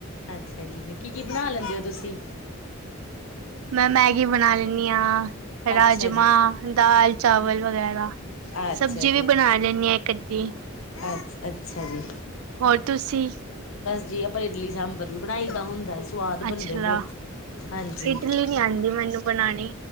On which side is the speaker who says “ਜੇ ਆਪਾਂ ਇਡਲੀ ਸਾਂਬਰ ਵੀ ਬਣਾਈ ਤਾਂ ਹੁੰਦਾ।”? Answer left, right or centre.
Left